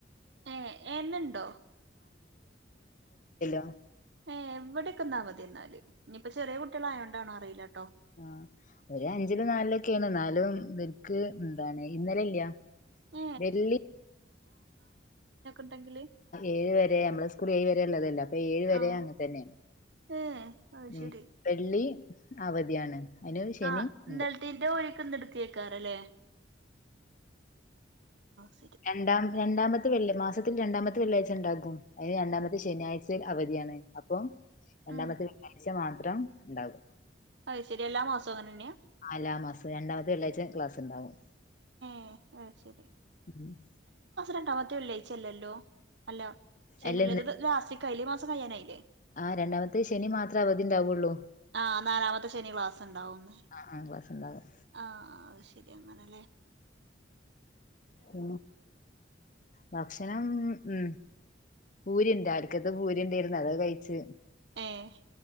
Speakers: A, on the right (about 70°); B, on the left (about 45°).
A: ഏഹ് എന്നുണ്ടോ
B: <unintelligible>
A: ഏ എവിടെയക്ക അവധിയാണഎന്നാല് ഇനിയിപ്പൊ ചെറിയ കുട്ടികളായോണ്ടാണോ അറിയിട്ടോ
B: ആ ഒരു അഞ്ചിലും നാലിലൊക്കെയാണ് എന്നാലും നിനക്ക് എന്താണ് ഇന്നലെല്ല
A: ആ
B: <unintelligible>
A: ഉണ്ടെങ്കില്
B: ഏഴ് വരെ നമ്മള സ്കൂൾ ഏഴ് വരെ ഉള്ളതല്ല ഏഴ് വരെ
A: ആഹ്
B: അങ്ങെ തന്നെയാണ്
A: ഏഹ് അത്
B: ഉം
A: ശരി
B: വെള്ളി അവധിയാണ് അയിന് ശനി
A: ആ
B: ഇണ്ട്
A: ഇന്നൽത്തീന്റെ ഒഴിക്ക് ഇന്ന് എടുക്കിയക്കാറല്ലേ ശരി
B: രണ്ടാം രണ്ടാമത്തെ വെള്ളി മാസ രണ്ടാമത്തെ വെള്ളിയാഴ്ച ഉണ്ടാക്കും അന് രണ്ടാമത്തെ ശനിയാഴ്ചൽ അവധിയാണ് അപ്പം രണ്ടാമത്തെ
A: ഉം
B: ഒിയാഴ്ച മാത്രം ഉണ്ടാകും
A: അത ശരി എല്ലാ മാസവും അങ്ങനെ തന്നെയാ
B: ആ ലാ മാസം രണ്ടാമത്തെ വെള്ളാഴ്ച ക്ലാസ് ഉണ്ടാവും
A: ആഹ ശരി
B: <unintelligible>
A: രണ്ടാമത്തെേ വെള്ളിയാഴ്ച അല്ലല്ലോ അല്ല <unintelligible>
B: അല്ല ഇന്ന്
A: ലാസ്റ്റ് ക്കയില്ല മാസം കഴിയാനായില്ലേ
B: ആ രണ്ടാമത്തെ ശനി മാത്രം അവധി ഉണ്ടാവുള്ളൂ
A: ആ നാലാമത്തെ ശനി ക്ലാസ് ഉണ്ടാവന്ന്
B: ആ ആ ക്ലാസ് ഉണ്ടാകും
A: ആ അ ശരി അങ്ങനല്ലേ
B: പിന്നെ ഭക്ഷണം ഉ പൂരി <unintelligible> പൂരി ഉണ്ടായിരുന്ന അതോ കഴിച്ചു
A: ഏഹ്